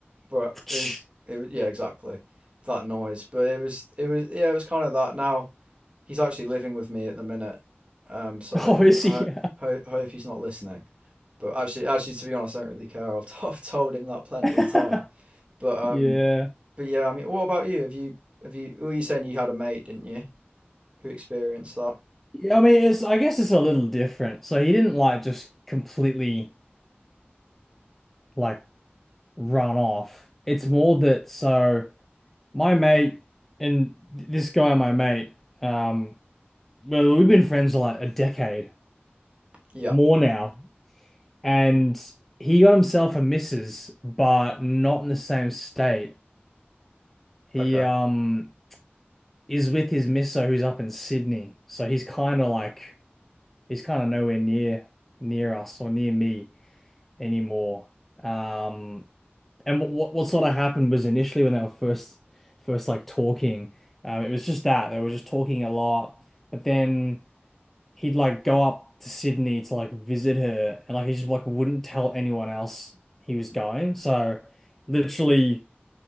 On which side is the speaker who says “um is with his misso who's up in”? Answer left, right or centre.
Centre